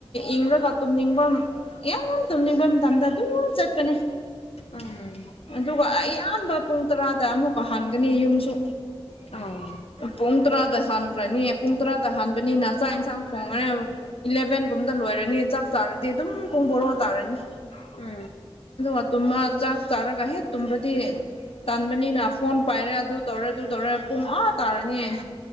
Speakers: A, on the left; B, on the left.
A: ꯏꯪꯔꯒ ꯇꯨꯝꯅꯤꯡꯕ ꯌꯥꯝ ꯇꯧꯅꯤꯡꯕ ꯃꯇꯝꯗ ꯑꯗꯨꯝ ꯆꯠꯄꯅꯦ
B: ꯎꯝ
A: ꯑꯗꯨꯒ ꯑꯌꯥꯝꯕ ꯄꯨꯡ ꯇꯔꯥꯗ ꯑꯃꯨꯛꯀ ꯍꯟꯒꯅꯤ ꯌꯨꯝꯁꯨ
B: ꯑꯥ
A: ꯄꯨꯡ ꯇꯔꯥꯗ ꯍꯥꯟꯈ꯭ꯔꯅꯤ ꯄꯨꯡ ꯇꯔꯥꯗ ꯍꯥꯟꯕꯅꯤꯅ ꯆꯥꯛ ꯏꯟꯁꯥꯡ ꯊꯣꯡꯈ꯭ꯔꯦꯕ ꯏꯂꯚꯦꯟꯒꯨꯝꯇ ꯂꯣꯏꯔꯅꯤ ꯆꯥꯛ ꯆꯥꯔꯗꯤ ꯑꯗꯨꯝ ꯄꯨꯡ ꯕꯣꯔꯣ ꯇꯥꯔꯅꯤ
B: ꯎꯝ ꯎꯝ ꯍꯣꯏ
A: ꯑ ꯇꯨꯝꯃ ꯆꯥꯛ ꯆꯥꯔꯒ ꯍꯦ ꯇꯨꯝꯕꯗꯤ ꯇꯥꯟꯕꯅꯤꯅ ꯐꯣꯟ ꯄꯥꯏꯔꯦ ꯑꯗꯨ ꯇꯧꯔꯦ ꯑꯗꯨ ꯇꯧꯔꯦ ꯄꯨꯡ ꯑꯥ ꯇꯥꯔꯅꯤ ꯑꯩ